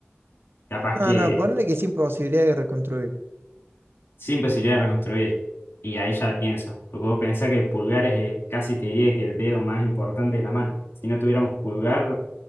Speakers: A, on the left; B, on the right.
A: capaz
B: No,
A: que
B: no, ponle que sin posibilidad de reconstruir.
A: sin posibilidad de reconstruir. Y ahí ya la pienso, porque vos pensás que el pulgar es eh, casi te diría que el dedo más importante de la mano. Si no tuviéramos pulgar,